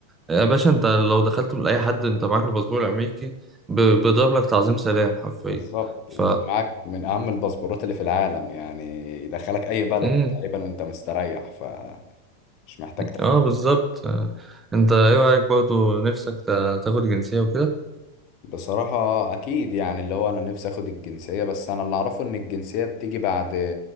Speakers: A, on the right; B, on the left.
A: يا باشا انت لو دخلت من اي حد انت معاك الباسبور الامريكي ب- بيضرب لك تعظيم سلام حرفيا
B: بالظبط
A: ف
B: انت معاك من اهم الباسبورات اللي في العالم يعني يدخلك اي بلد
A: امم
B: تقريبا وانت مستريح فمش محتاج تفكير
A: اه بالظبط آه. انت ايه رايك برضو نفسك تا- تاخد جنسيه وكده
B: بصراحة أكيد يعني اللي هو أنا نفسي أخد الجنسية بس أنا اللي أعرفه إن الجنسية بتيجي بعد